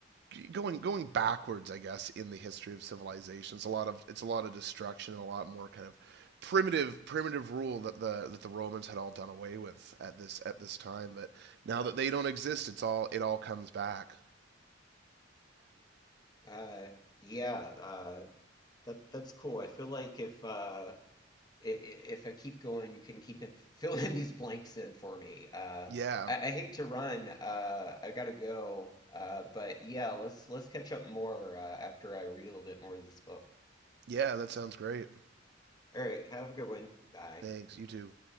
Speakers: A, on the right; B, on the left.
A: going going backwards, I guess, in the history of civilization. It's a lot of it's a lot of destruction and a lot more kind of primitive primitive rule that the that the Romans had all done away with at this at this time. But now that they don't exist, it's all it all comes back.
B: Uh, yeah, uh, that that's cool. I feel like if uh, i- i- if I keep going, you can keep in, <laughs> filling these blanks in for me. Uh,
A: Yeah,
B: I, I hate to run. Uh, I gotta go. Uh, but yeah, let's let's catch up more uh, after I read a little bit more of this book.
A: yeah, that sounds great.
B: All right, have a good one. Bye.
A: Thanks, you too.